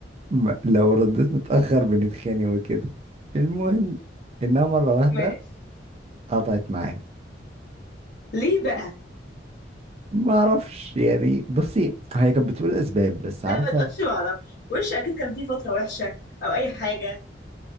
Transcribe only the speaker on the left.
ماشي
ليه بقى
لا
ما تقولش ما اعرفش وش اكيد كان فيه فتره وحشه او اي حاجه